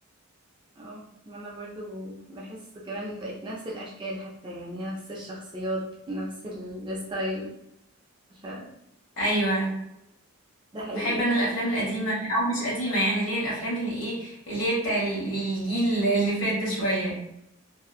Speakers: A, on the right; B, on the left.
A: اه ما انا برضو بحس كمان بقت نفس الاشكال حتى يعني نفس الشخصيات نفس الستايل ف
B: ايوه
A: ده حقيقي
B: بحب انا
A: فعلا
B: الافلام القديمه او مش قديمه يعني اللي هي الافلام اللي ايه اللي هي بتاع ال- الجيل اللي فات ده شويه